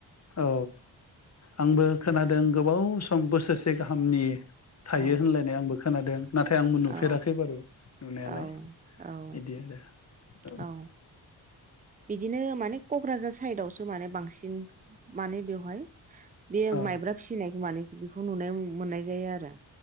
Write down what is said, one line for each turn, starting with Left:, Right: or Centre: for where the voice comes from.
Left: औ आंबो खोनादों गोबाव औ सम बोसोरसे गाहामनि थायो
Right: औ
Left: होनलायनाय आंबो खोनादों नाथाय आंबो नुफेराखै
Right: औ
Left: बारु नुनायालाय
Right: औ
Left: बिदि आरो
Right: औ बिदिनो माने क'क्राझार साइदावसो माने बांसिन माने बेवहाय बे
Left: औ
Right: माइब्रा फिसिनायखौ माने बेखौ नुनाय मोननाय जायो आरो